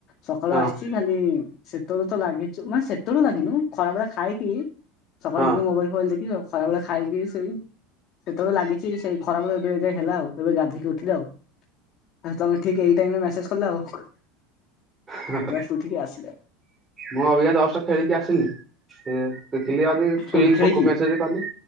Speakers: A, on the left; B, on the right.
A: ସକାଳୁ
B: ହଁ
A: ଆସଛି ଖାଲି ସେତେବେଳୁ ତ ଲାଗିଚୁ ମାନେ ସେତେବେଳୁ ଲାଗିିନୁ ଖରାବେଳେ ଖାଇକି ସକାଳୁ
B: ହଁ।
A: ଟିକେ ମୋବାଇଲ ଫୋବାଇଲ ଦେଖିକି ଦଶ୍ ଖରାବେଳେ ଖାଇକି ଶୋଇ ସେତୋଳୁ ଲାଗିଚି ସେଇ ଖରାବେଳ ଏବେ ଯାଏ ହେଲା ଆଉ ଏବେ ଗାଧେଇକି ଉଠିଲେ ଆଉ ଆଉ ତମେ ଠିକ୍ ଏଇ ଟାଇମରେ ମ୍ୟାସେଜ୍ କଲ ଆଉ।
B: ହ ହେ
A: ଜଷ୍ଟ ଉଠିକି ଆସିଲେ
B: ମୁଁ ଅବିକା ଜଷ୍ଟ ଖେଳିକି ଆସିଲି ସେ ଦେଖିଲି ଆଜି ଛୁଇ
A: କୋଉଠୁ ଖେଳିକି
B: ପୋକ ମେସେଜେ କଲି